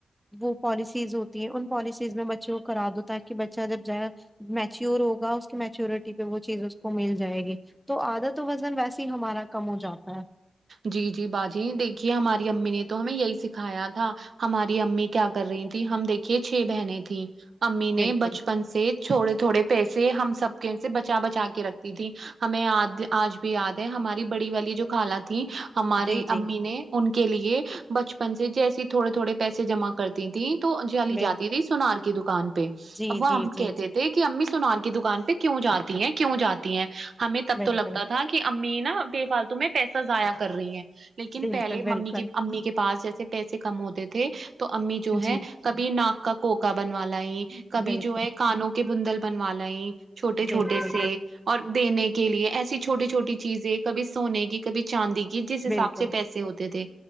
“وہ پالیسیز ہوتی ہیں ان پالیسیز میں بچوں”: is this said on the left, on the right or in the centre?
Centre